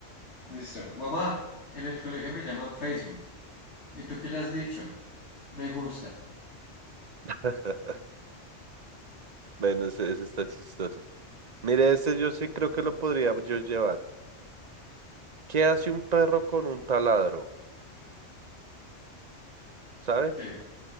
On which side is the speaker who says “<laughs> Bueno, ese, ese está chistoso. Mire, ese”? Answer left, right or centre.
Right